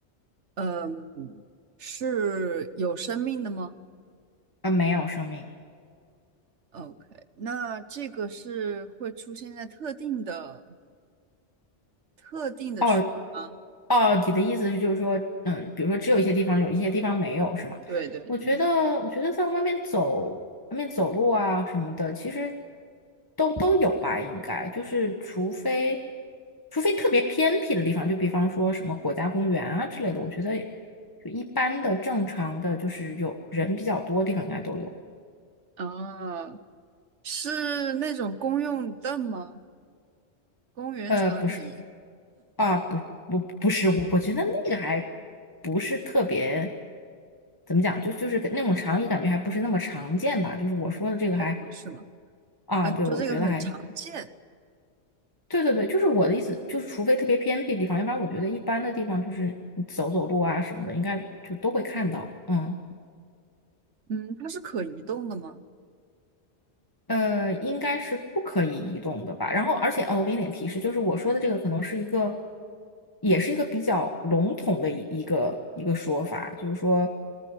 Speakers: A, on the right; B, on the left.
A: 嗯，是有生命的吗
B: 啊，没有生命。
A: 哦？OK，那这个是会出现在特定的特定的区域吗？
B: 哦哦，你的意思是就是说，嗯，比如说只有一些地方有，一些地方没有，是吗？
A: 对对对，
B: 我觉得，我觉得在外面走，外面走路啊什么的，其实都都有吧，应该就是除非除非特别偏僻的地方，就比方说什么国家公园啊之类的，我觉得就一般的正常的，就是有人比较多的地方应该都有。
A: 啊，是那种公用凳吗？公园长椅
B: 呃，不是。啊，不不不是，我我觉得那个还不是特别，怎么讲，就就是那种长椅，感觉还不是那么常见吧。就是我说的这个还
A: 不是吗？
B: 啊，
A: 啊，你说这个很常见，
B: 对，我觉得还对对对，就是我的意思，就是除非特别偏僻的地方，要不然我觉得一般的地方就是你走走路啊什么的，应该就都会看到。嗯，
A: 嗯，它是可移动的吗？
B: 呃，应该是不可以移动的吧。然后，而且哦，我给你点提示，就是我说的这个可能是一个，也是一个比较笼统的一一个一个说法，就是说。